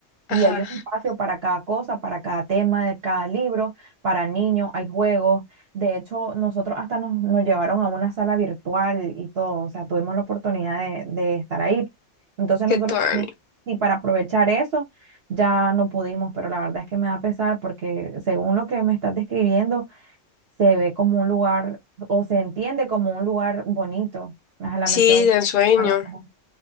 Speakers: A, on the left; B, on the right.
A: ajá,
B: Y hay un espacio para cada cosa, para cada tema de cada libro, para niños, hay juegos. De hecho, nosotros hasta nos, nos llevaron a una sala virtual y todo, o sea, tuvimos la oportunidad de, de estar ahí. Entonces
A: qué
B: nosotros
A: tuanis.
B: también, y para aprovechar eso, ya no pudimos, pero la verdad es que me da pesar porque según lo que me estás describiendo, se ve como un lugar, o se entiende como un lugar bonito. Ojalá
A: Sí,
B: me quedo.
A: de sueño.
B: con la-